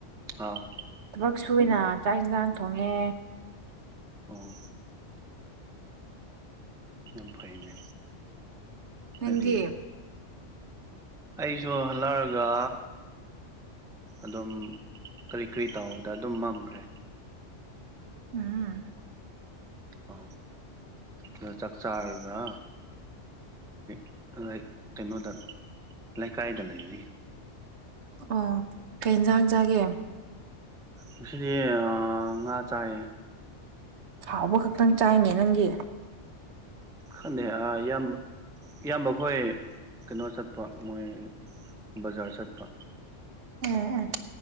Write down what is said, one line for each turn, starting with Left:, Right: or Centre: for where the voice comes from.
Centre: ꯑꯧ꯫
Right: ꯊꯕꯛ ꯁꯨꯏꯅ ꯆꯥꯛ ꯏꯟꯖꯥꯡ ꯊꯣꯡꯉꯦ꯫
Centre: ꯑꯣ꯫ ꯌꯥꯝ ꯐꯩꯅꯦ꯫
Right: ꯅꯪꯗꯤ
Centre: ꯍꯥꯏꯗꯤ ꯑꯩꯁꯨ ꯍꯜꯂꯛꯔꯒ ꯑꯗꯨꯝ ꯀꯔꯤ ꯀꯔꯤ ꯇꯧꯕꯗ ꯑꯗꯨꯝ ꯃꯝꯒ꯭ꯔꯦ꯫
Right: ꯎꯝ꯫
Centre: ꯑ ꯑꯗ ꯆꯥꯛ ꯆꯥꯔꯒꯥ ꯍꯧꯖꯤꯠ <unintelligible> ꯀꯩꯅꯣꯗ ꯂꯩꯀꯥꯏꯗ ꯂꯩꯔꯤ꯫
Right: ꯑꯣ ꯀꯩ ꯌꯦꯟꯖꯥꯡ ꯆꯥꯒꯦ
Centre: ꯉꯁꯤꯗꯤ ꯑ ꯉꯥ ꯆꯥꯏꯌꯦ꯫
Right: ꯍꯥꯎꯕ ꯈꯛꯇꯪ ꯆꯥꯏꯅꯦ ꯅꯪꯗꯤ꯫
Centre: ꯈꯪꯗꯦ ꯑ ꯏꯌꯥꯝꯕ ꯏꯌꯥꯝꯕꯈꯣꯏ ꯀꯩꯅꯣ ꯆꯠꯄ ꯃꯣꯏ ꯕꯖꯥꯔ ꯆꯠꯄ꯫
Right: ꯎꯝ ꯎꯝ꯫